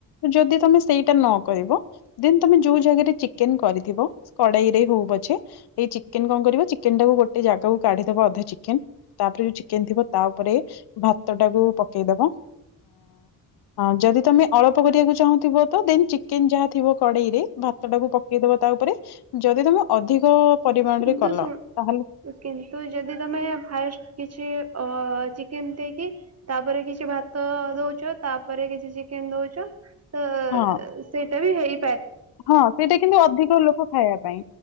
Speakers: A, on the left; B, on the right.
A: ଯଦି ତମେ ସେଇଟା ନ କରିବ ଦେନ ତମେ ଯୋଉ ଜାଗାରେ ଚିକେନ କରିଥିବ କଡେଇରେ ହଉ ପଛେ ଏଇ ଚିକେନ କଣ କରିବ ଚିକେନ ଟାକୁ ଗୋଟେ ଜାଗାକୁ କାଢିଦବ ଅଧା ଚିକେନ ତାପରେ ଯୋଉ ଚିକେନ ଥିବ ତା ଉପରେ ଭାତ ଟାକୁ ପକେଇଦବ ଅ ଯଦି ତମେ ଅଳ୍ପ କରିବାକୁ ଚାହୁଁ ଥ ତ ଦେ ଚିକେନ ଯାହା ଥିବ କଡ଼େଇ ରେ ଭାତ ଟାକୁ ପକେଇଦବ ତା ଉପରେ ଯଦି ତମେ ଅଧିକ ପରିମାଣରେ
B: କିନ୍ତୁ
A: କଲ
B: ଶ
A: ତାହେଲେ
B: କିନ୍ତୁ ଯଦି ତମେ ଫାଇ କିଛି ଅ ଚିକେନ ଦେଇକି ତାପରେ କିଛି ଭାତ ଦଉଛ ତାପରେ କିଛି ଚିକେନ ଦଉଛ ତ
A: ହଁ
B: ସେଇଟା ବି ହେଇ
A: ହଁ ସେଇଟା କିନ୍ତୁ ଅଧିକ ଲୋକ ଖାଇବା ପାଇଁ